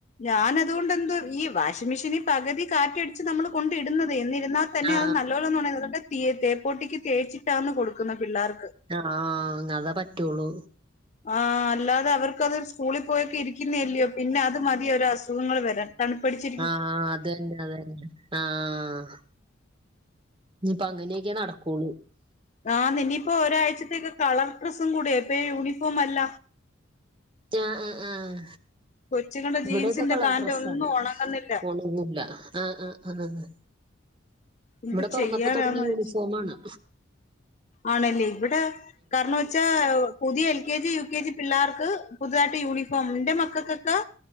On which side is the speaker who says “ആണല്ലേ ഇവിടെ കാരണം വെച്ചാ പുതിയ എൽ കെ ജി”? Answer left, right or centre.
Left